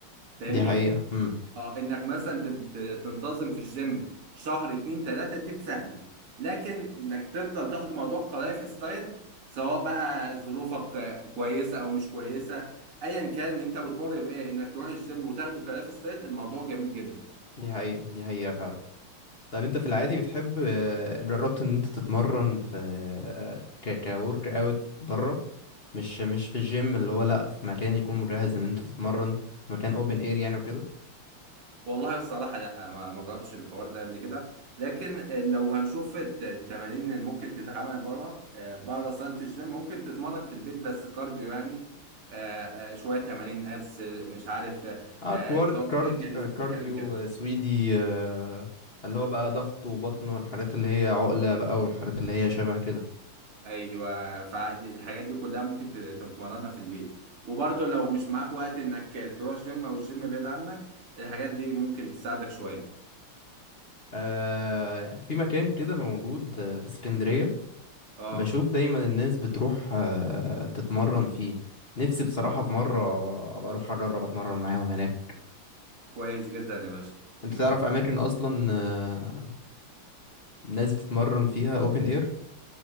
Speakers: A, on the right; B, on the left.
A: فاهمني
B: دي حقيقه امم
A: اه انك مثلا تن- ت- تنتظم في الجيم شهر اتنين تلاته دي سهله لكن انك تفضل تاخد الموضوع كلايف ستايل سواء بقى ظروفك آه، كويسه او مش كويسه ايا كان انت بتمر بايه انك تروح الجيم وتاخده كلايف ستايل الموضوع جميل جدا
B: دي حقيقه دي حقيقه فعلا طب انت في العادي بتحب آه، جربت ان انت تتمرن في آه، ك كورك اوت بره مش مش في الجيم اللي هو لا في مكان يكون مجهز ان انت تتمرن في مكان اوبن اير يعني وكده
A: والله بصراحة لا ما ما جربتش الحوار ده قبل كده لكن لو هنشوف الت- التمارين اللي ممكن تتعمل بره بره صالة الجيم ممكن تتمرن في البيت بس كارديو يعني آه، آه، شوية تمارين ابس مش عارف آه،
B: اه
A: آه،
B: كوار...
A: تقعد
B: كاردي...
A: تجري
B: آه،
A: في
B: كارديو
A: المكان وكده
B: آه، سويدي آه، اللي هو بقى ضغط وبطن والحاجات اللي هي عقلة بقى والحاجات اللي هي شبه كده
A: ايوه فالحاجات دي كلها ممكن ت- تتمرنها في البيت وبرضه لو مش معاك وقت انك تروح جيم او الجيم بعيد عنك الحاجات دي ممكن تساعدك شوية
B: آه، في مكان كده موجود آه، في اسكندرية
A: اه
B: بشوف دايما الناس بتروح آه، تتمرن فيه نفسي بصراحة
A: اه
B: في مرة أبقى أروح أجرب أتمرن معاهم هناك
A: كويس جدا يا باشا
B: أنت
A: نروح
B: تعرف أماكن أصلا آه، الناس بتتمرن فيها أوبن إير